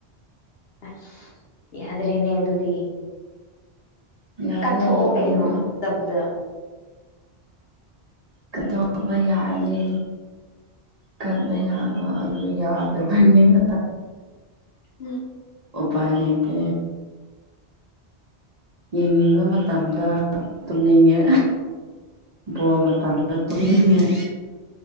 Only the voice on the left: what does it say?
ꯑꯁ ꯌꯥꯗ꯭ꯔꯦꯅꯦ ꯑꯗꯨꯗꯤ
ꯀꯠꯊꯣꯛꯑꯣ
ꯀꯩꯅꯣ ꯃꯇꯝꯗ
<unintelligible>